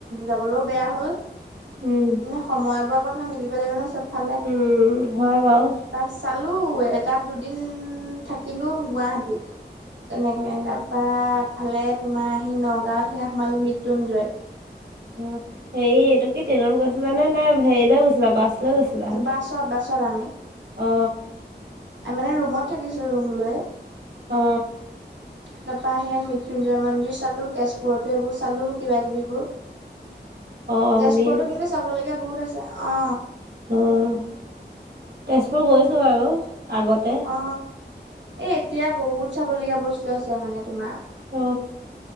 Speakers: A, on the right; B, on the right.
A: যাবলৈও বেয়া হ'ল।
B: উম,
A: মানে সময়বোৰক ধৰা মিলিব লাগিব নহয় চবফালে।
B: উম, হয় বাৰু।
A: প চালো এটাত দুদিন থাকিলো গুৱাহাটীত। তেনেকে
B: অ',
A: তাৰপা এফালে তোমাৰ আহি নগাঁৱত সেয়া সোমালো মৃত্যুঞ্জয়।
B: অ হেৰি এইটো কি ট্ৰেইনত গৈছিলানে নে হেৰিলৈ গৈছিলা বাছ, লৈ গৈছিলা?
A: উম বাছত বাছত আমি।
B: অ
A: মানে ৰুমত থাকিছো ৰুম লৈ।
B: অ।
A: তাৰ পৰা সেন মৃত্যুঞ্জয় মন্দিৰ চালো তেজপুৰতো এইবোৰ চালো কিবা কিবিবোৰ।
B: অ', অগ্নি
A: তেজপুৰতো কিন্তু চাবলগীয়া বহুত আছে অ।
B: উম তেজপুৰ গৈছো বাৰু আগত।
A: অ এ এতিয়া বহুত চাবলগীয়া বস্তু আছে মানে তোমাৰ।
B: অ।